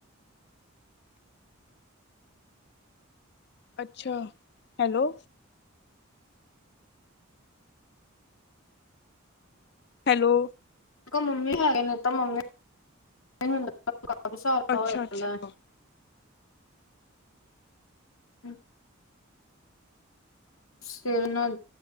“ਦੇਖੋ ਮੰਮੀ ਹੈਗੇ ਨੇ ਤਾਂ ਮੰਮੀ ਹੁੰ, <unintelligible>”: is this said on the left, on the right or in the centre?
Left